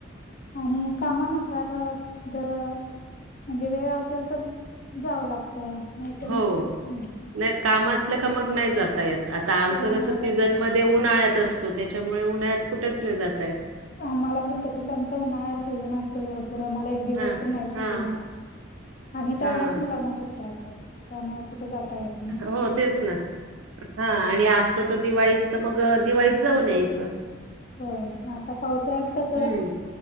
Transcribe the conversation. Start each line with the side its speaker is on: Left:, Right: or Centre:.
Left: आणि कामानुसार अ जर म्हणजे वेळ असेल तर, जावं लागतं, नाहीतर
Right: हो.
Left: मग नाही.
Right: नाही काम असलं का मग नाही जात येत, आता आमचं
Left: हो नाही
Right: कसं
Left: जाता
Right: सीझन
Left: येत.
Right: म ते उन्हाळ्यात असतो, त्याच्यामुळे उन्हाळ्यात कुठेच नाही जाता येत.
Left: आम्हाला पण तसच, आमचा उन्हाळ्यात सीझन असतो भर पुरा मला एक दिवस
Right: हां.
Left: पण नाही सुट्टी
Right: हां.
Left: मिळत, आणि त्यावेळेस
Right: हां.
Left: मुलांना सु त्या असतात त्यामुळे कुठे जाता येत नाही
Right: हो तेच ना. हा, आणि असतो तर दिवाळीत तर मग दिवाळीत जाऊन यायचं.
Left: होय, पण आता पावसाळ्यात कसं
Right: हं.